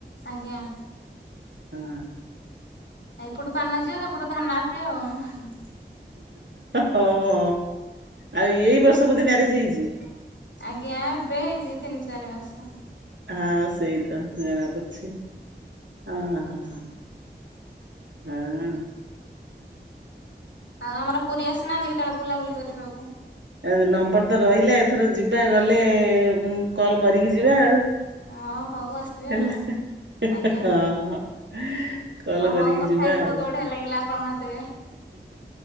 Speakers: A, on the left (about 85°); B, on the right (about 80°).
A: ଆଜ୍ଞା।
B: ହୁଁ।
A: ଏପଟୁ ପାନ ଯିବ ସେପଟୁ ଧାନ ଆସିବ ଆଉ।
B: ହଁ ହ ଆଉ ଏଇ ବର୍ଷ ବୋଧେ ମ୍ୟାରେଜ ହେଇଚି।
A: ଆଜ୍ଞା ଏବେ ହେଇଚି ତିନି ଚାରି ମାସେ ଆଉ।
B: ହଁ ସେଇ ତ ଜଣା ପଡୁଛି ହଁ ହଁ। ହଁ।
A: ଆଉ ଆମର ପୁରୀ ଆସିନାହାନ୍ତି କେତେବେଳେ ବୁଲାବୁଲି କରିବାକୁ?
B: ଆଉ ନମ୍ବର ତ ରହିଲା ଏଥର ଯିବା ଗଲେ କଲ କରିକି ଯିବା ଆଉ।
A: ଅ ହଉ ଆସିବେ
B: ହେଲା
A: ଆଉ। ଆଜ୍ଞା
B: ହଁ। କଲ
A: ହ
B: କରିକି
A: ହଉ କଥା
B: ଯିବା
A: ହେଇକି
B: ଆଉ।
A: ବହୁତ ବଢିଆ ଲାଗିଲା ଆପଣଙ୍କ ସାଥିରେ